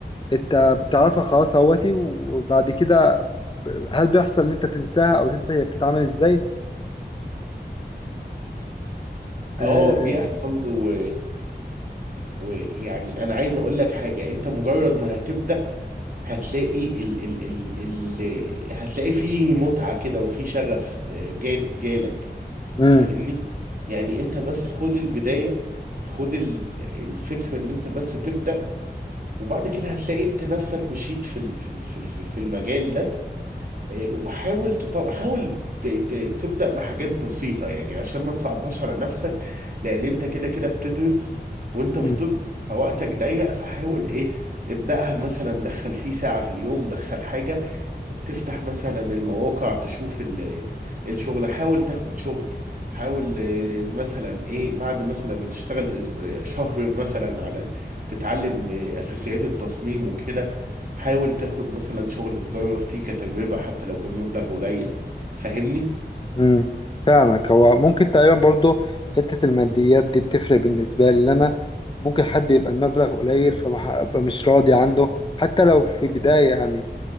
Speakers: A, on the left; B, on the right.
A: انت بتعرفها خلاص اهوتي وبعد كده ب- هل بيحصل ان انت تنساها او تنسى هي بتتعمل ازاي؟
B: اه
A: آه.
B: بيحصل و... ويعني انا عايز اقول لك حاجة انت مجرد ما هتبدأ هتلاقي ال... ال... ال... ال... هتلاقي فيه متعة كده وفيه شغف إيه، جات جالك
A: مم.
B: فاهمني يعني انت بس خد البداية خد ال- الفكرة ان انت بس تبدأ وبعد كده هتلاقي انت نفسك مشيت في ال- في ال- في ال- في المجال ده اه، وحاول تط- حاول ت- ت- تبدأ بحاجات بسيطة يعني عشان ما تصعبهاش على نفسك لان انت كده كده بتدرس وانت
A: مم.
B: في طب فوقتك ضيق فحاول ايه ابدأها مثلا دخل فيه ساعة في اليوم دخل حاجة تفتح مثلا المواقع تشوف ال- الشغل حاول تاخد شغل حاول آه، مثلا ايه بعد مثلا ما تشتغل أسب- شهر مثلا على تتعلم آه، اساسيات التصميم وكده حاول تاخد مثلا شغل تجرب فيه كتجربة حتى لو بمبلغ قليل فاهمني
A: امم فاهمك هو ممكن تقريبا برضو حتة الماديات دي بتفرق بالنسبة لي لأن أنا ممكن حد يبقى المبلغ قليل فببقى مش راضي عنه حتى لو في بداية يعني